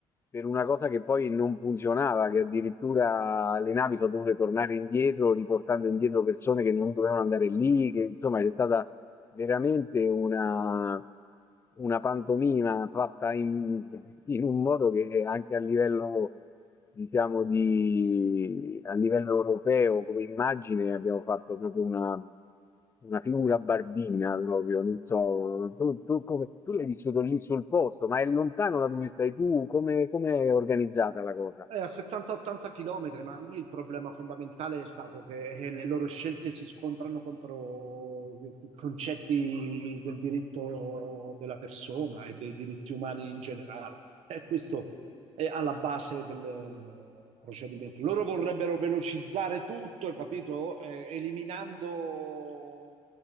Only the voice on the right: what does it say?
È a 70-80 km, ma lì il problema fondamentale è stato che eh, le loro scelte si scontrano contro i concetti del diritto della persona e dei diritti umani in generale. E questo è alla base del eh, procedimento. Loro vorrebbero velocizzare tutto, capito? Eh, eliminando